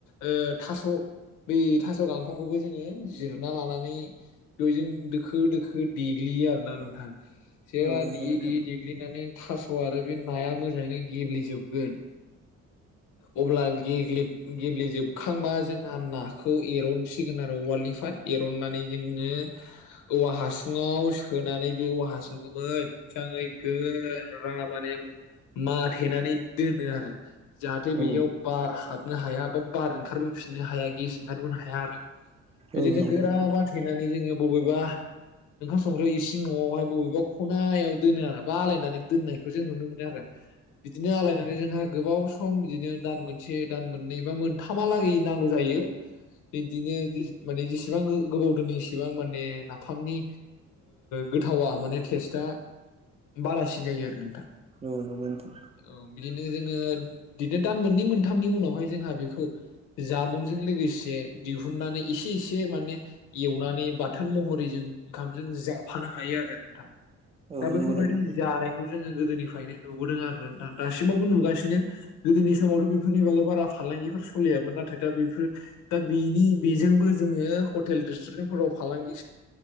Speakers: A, on the left; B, on the right.
A: ओ थास' बे थास' गांखं खौबो जोङो जिरना लानानै दैजों दोखो दोखो देग्लियो आरो ना नोंथां। जेब्ला
B: औ नंगौ
A: देयै
B: नोंथां
A: देयै देग्लिनानै थास' आरो बे नाया मोजाङै गेब्लेजोबगोन अब्ला गेब्ले गेब्लेेजोबखांबा जों नाखौ एरनसिगोन आरो उवालनिफ्राय एरननानै जोङो औवा हासुङाव सोनानै बे औवा हासुंखौबो मोजाङै गोरा माने माथेनानै दोनो आरो जाहाथे
B: औ
A: बियाव बार हाबनो हाया बा बार ओंखारबोफिनो नो हाया गेस ओंखारबोनो हाया आरो बिदिनो
B: औ नंगौ
A: गोरा
B: नोंथां
A: माथेनानै जोङो बबेबा ओंखाम संग्रा इसिं न'आवहाय बबेबा खनायाव दोनो आरो बा आलायनानै दोननाय जों नुनो मोनो आरो बिदिनो आलायनानै जोंहा गोबाव सम सम बिदिनो दान मोनसे दान मोननै बा मोनथामा लागै नांगौ जायो। बिब्दिनो माने इसेबां गोबावदो इसिबां माने नाफामनि गोथावा माने टेस्टआ बारासिन जायो आरो नोंथां
B: औ नंगौ नोंथां
A: औ बिदिन जोङो बिदिनो दान मोननै मोनथामनि उनावहाय जोंहा बेखौ जामुंजों लोगोसे दिहुननानै एसे एसे माने एवनानै बाथोन महरै जों ओंखामजों जाफानो हायो आरो नोंथां।
B: औ
A: दा बेफोरबायदि
B: नंगौ नोंथां
A: जानायखौ जोङो गोदोनिफ्रायनो नुबोदों आरो दासिमावबो नुगासिनो गोदोनि समावथ' बिफोरनिबागै बारा फालांगि सलियामोन आरो आमफ्राय दा बेफोर दा बेनि बेजोंबो जोङो हटेल रेस्टुरेन्टफोराव फालांगि